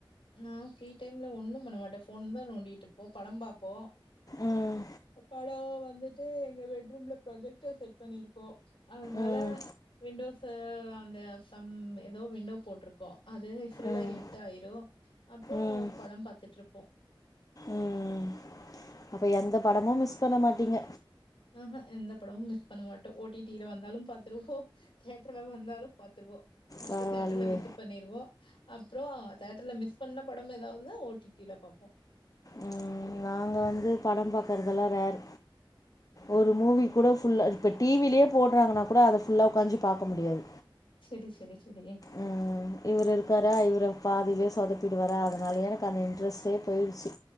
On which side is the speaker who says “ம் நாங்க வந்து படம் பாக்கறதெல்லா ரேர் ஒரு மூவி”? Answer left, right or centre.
Left